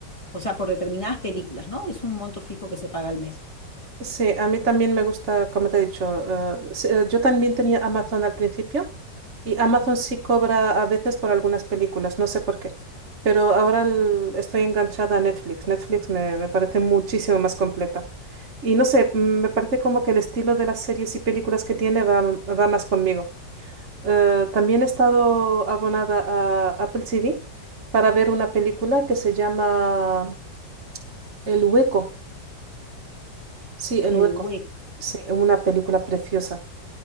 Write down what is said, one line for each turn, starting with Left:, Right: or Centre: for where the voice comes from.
Left: o sea, por determinadas películas, ¿no? Es un monto fijo que se paga al mes.
Right: sí, a mí también me gusta, como te he dicho, eh, sí, eh, yo también tenía Amazon al principio y Amazon sí cobra a veces por algunas películas, no sé por qué, pero ahora el- estoy enganchada a Netflix. Netflix me, me parece muchísimo más completa. Y no sé, mm, me parece como que el estilo de las series y películas que tiene va, va más conmigo. Eh, también he estado abonada a Apple TV para ver una película que se llama El Hueco. Sí, El
Left: El
Right: Hueco.
Left: web,
Right: Sí, una película preciosa.